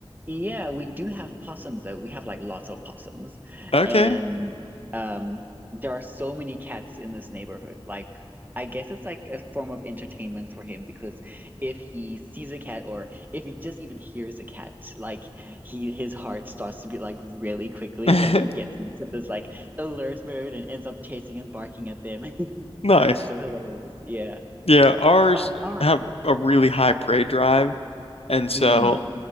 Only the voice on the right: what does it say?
Yeah, we do have possums though. We have like lots of possums.
And um there are so many cats in this neighborhood. Like I guess it's like a form of entertainment for him because if he sees a cat or if he just even hears a cat, like he his heart starts to beat like really quickly
and he gets into this like alert mode and ends up chasing and barking at them. <laughs>
It's so hilarious. Yeah.
Oh, ah.
Mm.